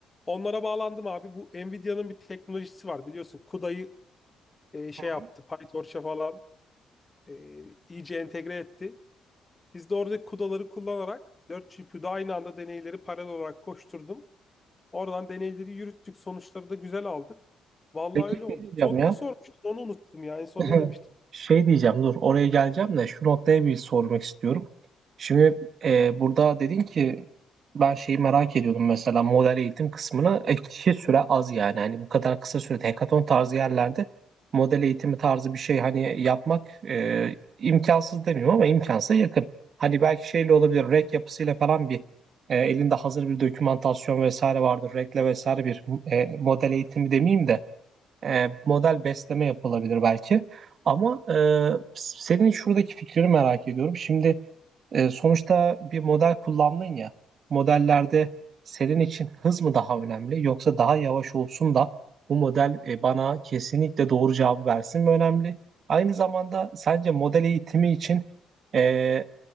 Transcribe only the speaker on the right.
Hı hı.
Peki
şey diyeceğim
ya.
<laughs>
Şey diyeceğim dur oraya geleceğim de şu noktaya bir sormak istiyorum. Şimdi e, burada dedin ki ben şeyi merak ediyordum mesela model eğitim kısmını e, kişi süre az yani hani bu kadar kısa sürede hekaton tarzı yerlerde model eğitimi tarzı bir şey hani yapmak e, imkansız demiyorum ama imkansa yakın. Hani belki şeyle olabilir REC yapısıyla falan bir e, elinde hazır bir dokümantasyon vesaire vardır REC'le vesaire bir e, model eğitimi demeyeyim de e, model besleme yapılabilir belki. Ama e, senin şuradaki fikrini merak ediyorum. Şimdi e, sonuçta bir model kullandın ya. Modellerde senin için hız mı daha önemli yoksa daha yavaş olsun da bu model e, bana kesinlikle doğru cevabı versin mi önemli? Aynı zamanda sence model eğitimi için e,